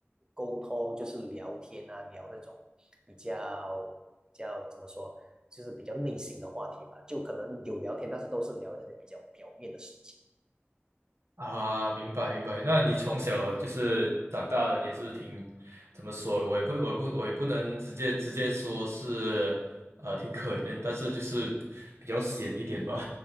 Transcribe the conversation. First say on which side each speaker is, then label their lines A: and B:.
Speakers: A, on the right; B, on the right.
A: 沟通，就是聊天啊，聊那种比较比较怎么说，就是比较内心的话题吧。就可能有聊天，但是都是聊那些比较表面的事情。
B: 啊，明白明白。那你从小就是长大也是挺，怎么说？我也不我也不我也不能直接直接说是，呃，挺可怜，但是就是比较闲一点吧，